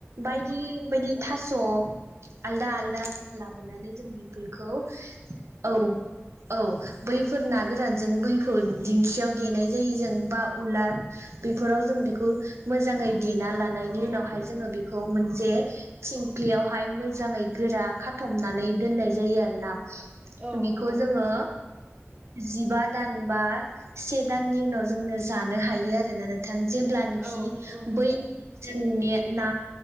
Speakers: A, on the right (about 75°); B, on the right (about 25°).
A: बायदि बायदि
B: औ
A: थास' आलदा आलदा अननानै जों बेफोरखौ औ औ बैफोर ना गोरानजों बैखौ दिंखियाव देनाय जायो जों बा उलार बेैफोराव जों बेखौ मोजाङै देना ला नायनि उनावहाय जोङो बेखौ मोनसे थिंख्लियावहाय मोजाङै गोरा खाथमनानै दोननाय जायो आरो ना।
B: औ
A: बिखौ
B: नंगौ नोंथां
A: जोङो जिबा दान बा से दाननि उनाव जोंङो जानो हायो आरोना नोंथां जेब्लानोखि
B: औ नंगौ नोंथां
A: बै जोंनि ना